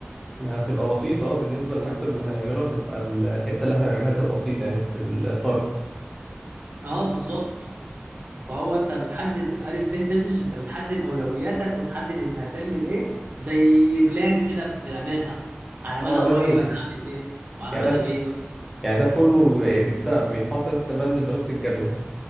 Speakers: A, in the centre; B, on the right (about 45°).
A: ما هتبقى بسيطة اه بالنسبة للمكسب اللي هنعمله هتبقى الحتة اللي احنا هنعملها هتبقى بسيطة يعني في الصرف
B: اه بالظبط فهو انت بتحدد الف ب بزنس انت بتحدد اولوياتك وتحدد انت هتعمل ايه زي بلان كده بتعملها على
A: اه
B: مدى
A: لازم
B: قريب انا هعمل ايه وعلى
A: يعني
B: مدى
A: ده
B: بعيد وهعمل إيه.
A: يعني ده كله بيتس- بيتحط تحت بند دراسة الجدوى